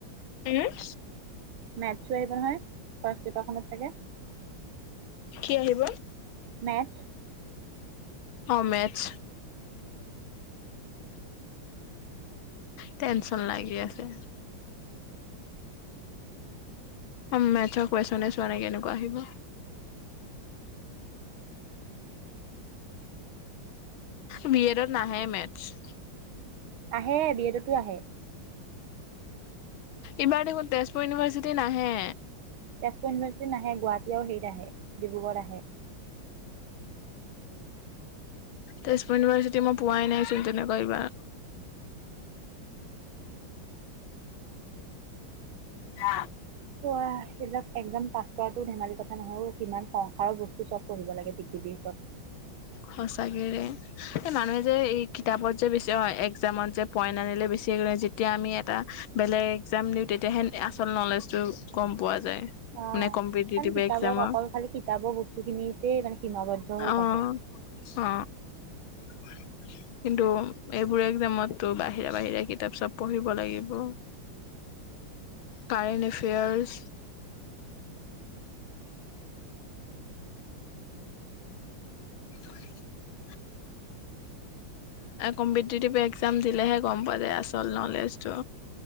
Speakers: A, on the left; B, on the right.
A: উম,?
B: মেটছো আহিব নহয়? ফাৰ্ষ্ট পেপাৰখনত থাকে।
A: কি আহিব?
B: মেথছ
A: অ', মেটচ টেনচন লাগি আছে। অ, ' মেটছৰ কুৱেছনে চোৱা নাই কেনেকুৱা আহিব। বি -এডট নাহে মেটচ ।
B: আহে বিয়েডতো আহে।
A: এইবাৰ দেখোন তেজপুৰ ইউনিভাৰ্চিটি নাহে।
B: তেজপুৰ ইউনিভাৰ্চি নাহে গুৱাহ, এতিয়াও হেৰিট আহে ডিব্ৰুগড় আহে।
A: তেজপুৰ ইউনিভাৰ্চিটি মই পোৱাই নাইচোন তেনেকুৱা এইবাৰ, আঃ
B: পোৱা সেইবিলাক এক্জাম পাছ কৰাটো ধেমালি কথা নহয়, কিমান সংসাৰৰ বস্তু চব পঢ়িব লাগে পৃথিৱীৰ চব।
A: সচাকেৰে এই মানুহে যে, এই কিতাপত যে বেছি একজামত যে পইণ্ট আনিলে বেছি যেতিয়া আমি এটা বেলেগ একজাম দিওঁ, তেতিয়াহে আচল নলেজটো গম পোৱা যায়।
B: অ',
A: মানে কম্পিটিটিভ
B: কাৰণ কিতাপত
A: এক্জামৰ
B: অকল খালি কিতাপৰ বস্তুখিনিতেই মানে সীমাবদ্ধ হৈ
A: অ
B: থাকে।
A: অ ', কিন্তু এইবোৰ একজামতটো বাহিৰা- -বাহিৰা কিতাপ চব পঢ়িব লাগিব কাৰেন্ট এফেয়াৰ্চ <inaudible> কম্পিতিতিভ একজাম দিলেহে গম পোৱা যায় আচল নলেজটো।